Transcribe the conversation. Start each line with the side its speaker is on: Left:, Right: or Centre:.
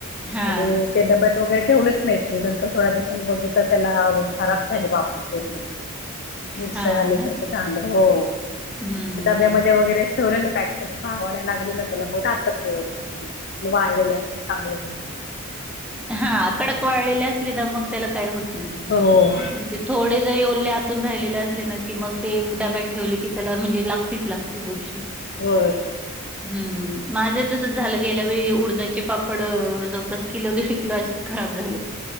Centre: हा
Left: आणि ते डब्यात वगैरे ठेवलेच नाहीत मी नंतर थोड्या दिवसांनी बघितल त्याला खराब झाले बाप <unintelligible> पूर्ण बुडसं
Centre: हां
Left: आल्यासारखं
Centre: ना?
Left: झालं हो
Centre: हं.
Left: डब्यामध्ये वगैरे ठेवले ना पॅक करून भवाण्या लागल्या ना त्याला मग राहतात व्यवस्थित वाळलेल्या असतील चांगले म्हणजे
Centre: हा कडक वाळलेल्या असले ना मग त्याला काही होत नाही
Left: हो
Centre: ते थोडे जरी ओले राहिलेले असले ना की मग ते डाब्यात ठेवले की त्याला म्हणजे लागतीच लागते बुरशी
Left: हो
Centre: हम्म माझं तसच झालं गेल्या वेळी उडदाचे पापड जवळपास किलो दि लो खराब झाले